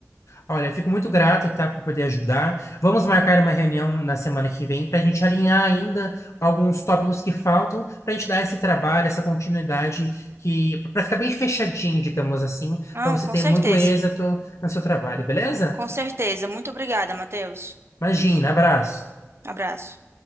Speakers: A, on the left (about 80°); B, on the right (about 55°).
A: Olha, fico muito grato, tá, por poder ajudar. Vamos marcar uma reunião na semana que vem para a gente alinhar ainda alguns tópicos que faltam, para a gente dar esse trabalho, essa continuidade, que para ficar bem fechadinho, digamos assim,
B: Não,
A: para você
B: com
A: ter
B: certeza.
A: muito êxito no seu trabalho, beleza?
B: Com certeza. Muito obrigada, Matheus.
A: Imagina, abraço.
B: Abraço.